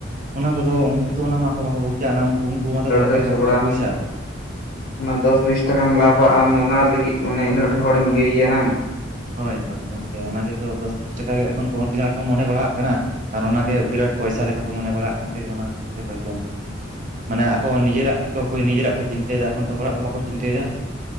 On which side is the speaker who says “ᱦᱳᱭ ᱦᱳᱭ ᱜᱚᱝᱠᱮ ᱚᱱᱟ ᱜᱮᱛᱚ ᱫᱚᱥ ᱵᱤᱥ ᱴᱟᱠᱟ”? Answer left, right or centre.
Right